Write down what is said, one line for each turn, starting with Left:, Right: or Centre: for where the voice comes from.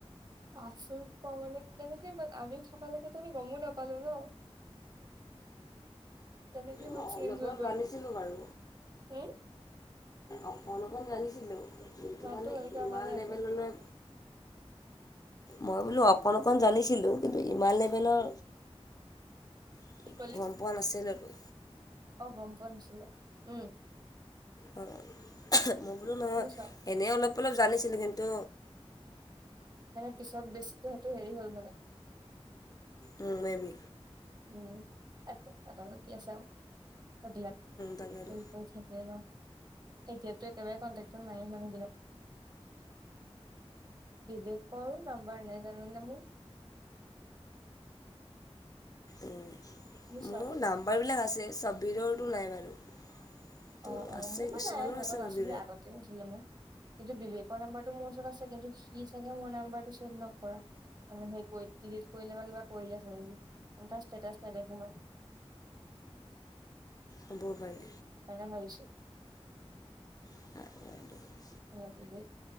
Right: আচৰিত পাওঁ মানে কেনেকে মানে আমি থা তালকেতো আমি গমো নাপালো ন। কেনেকে ইমান
Left: মই
Right: চেঞ্জ
Left: অলপ
Right: হৈ
Left: অলপ
Right: গল,
Left: জানিছিলোঁ বাৰু
Right: হুম'।
Left: অকণ অকণ জানিছিলোঁ কিন্তু
Right: মাতটো
Left: মানে
Right: ভালকে
Left: ইমান
Right: অহা নাই
Left: লেভেললৈ
Right: তোৰ
Left: মই বোলো অকণ অকণ জানিছিলো কিন্তু ইমান লেভেলৰ উ <unintelligible>
Right: কি ক'লি
Left: পোৱা নাছিলোটো
Right: অ গম পোৱা নাছিলে উম
Left: অ মই বোলো নহয়
Right: শুনিছ
Left: এনেই অলপ অলপ জানিছিলোঁ কিন্তু
Right: মানে পিছত বেছিকে সেইটো হেৰি হ'ল মানে
Left: উম মে বি
Right: উম তাকে এডাল কি আছে আৰু সেইবিলাক
Left: তাকেতো
Right: হেৰি কৰি থাকে ন এতিয়াতো একেবাৰে কণ্টেক্ট নাই মানুহবিলাক বিবেকৰ নাম্বাৰ নাই জানা নে মোৰ
Left: উ
Right: বুজিছ
Left: মোৰ নাম্বাৰ বিলাক আছে ছব্বিৰৰটো নাই বাৰু তো
Right: অ অ
Left: আছে
Right: মোৰ মান
Left: কিছুমানৰ
Right: নাই সিহঁতৰ
Left: আছে বাৰু
Right: নাছিল আগতে হৈছিলে মোৰ কিন্তু বিবেকৰ নাম্বাৰটো মোৰ ওচৰত আছে কিন্তু সি চাগে মোৰ নাম্বাৰটো ছেভ নকৰা ডিলিট কৰিলে বা কিবা কৰিলে চাগে সি তাৰ ষ্টেটাচ নেদেখোঁ
Left: হ'বও পাৰে
Right: সেইকাৰণে ভাবিছোঁ
Left: অ <inaudible>
Right: অ ব উ